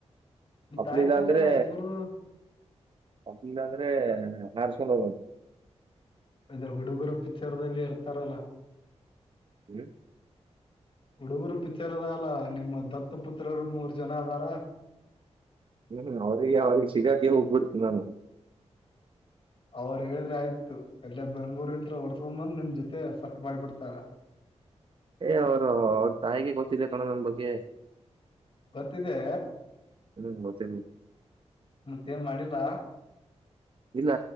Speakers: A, on the left; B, on the right.
A: ಮತ್ತ
B: ಒಪ್ಲಿಲ್ಲ
A: ಆಯ್ತಲ್ಲ
B: ಅಂದ್ರೆ?
A: ಇಬ್ಬರದು
B: ಒಪ್ಪಲಿಲ್ಲ ಅಂದ್ರೆ ಹಾರಸಕೊಂಡು ಹೋಗೋದು.
A: ಅದೇ ಹುಡುಗರು ಪಿಕ್ಚರ್ದಲ್ಲಿ ಇರ್ತಾರಲ್ಲ.
B: ಹ್ಮ್
A: ಹುಡುಗರು ಪಿಚ್ಚರ್ ಅಲ್ಲಾ ನಿಮ್ಮ ದತ್ತು ಪುತ್ರರು ಮೂರ್ ಜನ ಇದಾರ.
B: ಹ್ಮ್ ಅವರ್ ಅವರಿಗೆ ಶಿಗತ್ತಿ ಹೋಗಬಿಡ್ತೀನಿ ನಾನು
A: ಅವ್ರ ಹೇಳಿದ್ರೆ ಆಯ್ತು ಅಲ್ಲೆ ಬೆಂಗಳೂರ್ ಇಂದ ಓಡ್ಸ್ಕೊಂಡ್ ಬಂದ್ ನಿಮ್ ಜೊತೆ ಸೆಟ್ ಮಾಡ್ಬಿಡ್ತಾರ.
B: ಏ ಅವರು ಅವ್ರ ತಾಯಿಗೆ ಗೊತ್ತಿದೆ ಕಣೋ ನನ್ ಬಗ್ಗೆ.
A: ಗೊತ್ತಿದೇ
B: ಹ್ಮ್ ಗೊತ್ತಿಲ್ಲ
A: ಮತ್ತೇ ಏನ್ ಮಾಡಿಲ್ವ
B: ಇಲ್ಲ